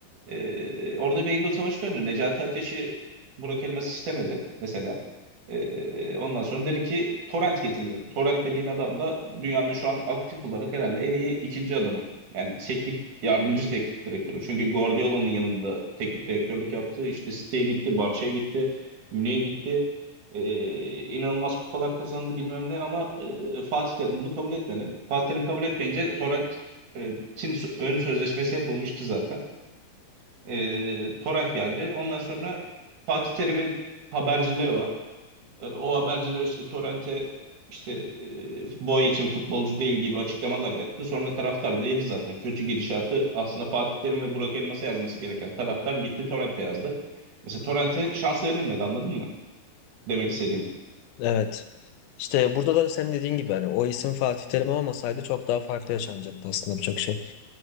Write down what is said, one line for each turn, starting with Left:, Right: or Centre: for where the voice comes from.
Right: E, orada bir ego savaşı döndü. Necati Ateş'i Burak Elmas istemedi mesela. Ee, ondan sonra dedi ki torrent getirelim. Torrent dediğin adam da dünyanın şu an aktif olarak herhalde en iyi ikinci adamı. Yani teknik yardımcı teknik direktörü. Çünkü Guardiola'nın yanında teknik direktörlük yaptı. İşte City'ye gitti, Barça'ya gitti, Münih'e gitti. Ee, inanılmaz kupalar kazandı bilmem ne ama e, Fatih Terim bunu kabul etmedi. Fatih Terim kabul etmeyince Torrent e, tim ön sözleşmesi yapılmıştı zaten. E, Torrent geldi. Ondan sonra Fatih Terim'in habercileri var. E, O haberciler işte Torrent'e işte e, boy için futbolcu değil gibi açıklamalar yaptı. Sonra taraftar da yedi zaten. Kötü gidişatı aslında Fatih Terim ve Burak Elmas'a yazması gereken taraftar gitti Torrent'e yazdı. Mesela Torrent'e şans verilmedi anladın mı? Demek istediğim.
Left: Evet. İşte burada da senin dediğin gibi hani o isim Fatih Terim olmasaydı çok daha farklı yaşanacaktı aslında birçok şey.